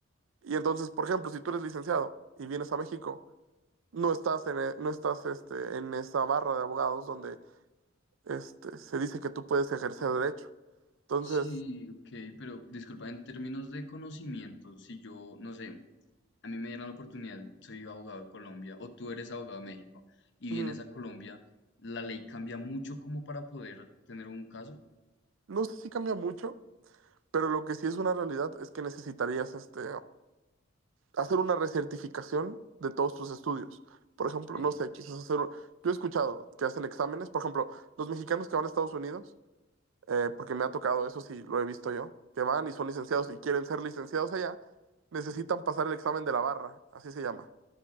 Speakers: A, on the right (about 80°); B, on the left (about 65°).
A: Y entonces, por ejemplo, si tú eres licenciado y vienes a México, no estás en, e- no estás este, en esa barra de abogados donde este, se dice que tú puedes ejercer derecho. Entonces,
B: Sí, ok, pero disculpa, en términos de conocimiento, si yo, no sé, a mí me dieran la oportunidad, soy abogado de Colombia o tú eres abogado de México y
A: mm,
B: vienes a Colombia, ¿la ley cambia mucho como para poder tener un caso?
A: no sé si cambia mucho, pero lo que sí es una realidad es que necesitarías este, hacer una recertificación de todos tus estudios. Por ejemplo,
B: Ok,
A: no sé, quizás hacer... Yo he escuchado que hacen exámenes, por ejemplo, los mexicanos que van a Estados Unidos eh, porque me ha tocado, eso sí, lo he visto yo, que van y son licenciados y quieren ser licenciados allá, necesitan pasar el examen de la barra, así se llama.